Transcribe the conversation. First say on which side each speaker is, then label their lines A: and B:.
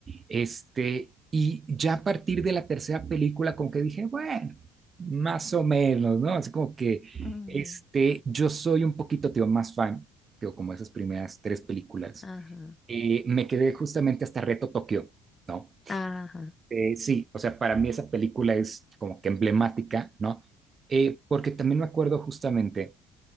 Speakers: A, on the right; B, on the left.
A: Este, y ya a partir de la tercera película como que dije, bueno, más o menos, ¿no? Así como que,
B: Ujú,
A: este, yo soy un poquito, tío, más fan, tío, como esas primeras tres películas.
B: Ajá.
A: Eh, me quedé justamente hasta Reto Tokio, ¿no?
B: Ajá,
A: Eh, sí, o sea, para mí esa película es como que emblemática, ¿no? Eh, porque también me acuerdo justamente